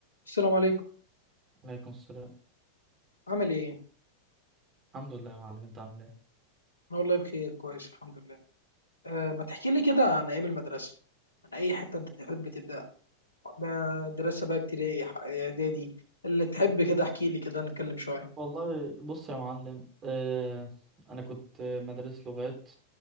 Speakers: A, on the left (about 75°); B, on the right (about 25°).
A: السلام عليكم
B: عليكم السلام
A: عامل ايه؟
B: الحمد لله يا معلم انت عامل ايه
A: أنا والله بخير كويس الحمد لله أه ما تحكي لي كده عن ايام المدرسه عن اي حته انت تحب تبدا مدرسه بقى ابتدائي ح- اعدادي اللي تحب كده احكي لي كده نتكلم شويه
B: والله بص يا معلم اه انا كنت مدرس لغات